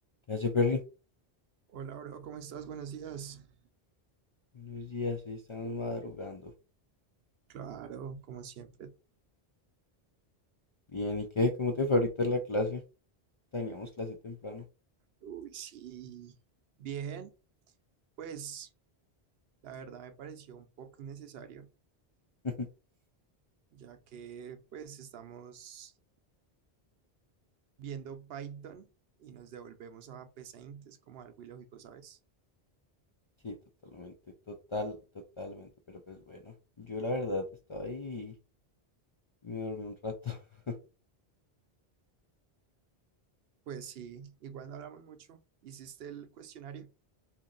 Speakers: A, on the left; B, on the right.
A: ¿Qué hace Perry?
B: Hola, bro, ¿cómo estás? Buenos días.
A: Buenos días, ahí estamos madrugando.
B: Claro, como siempre.
A: Bien, ¿y qué? ¿Cómo te fue ahorita en la clase? Teníamos clase temprano.
B: Uy, sí. Bien, pues la verdad me pareció un poco innecesario,
A: <laughs>
B: ya que pues estamos viendo Python y nos devolvemos a PSeInt, es como algo ilógico, ¿sabes?
A: Sí, totalmente, total, totalmente, pero pues bueno, yo la verdad estaba ahí y me dormí un rato. <laughs>
B: Pues sí, igual no hablamos mucho. ¿Hiciste el cuestionario?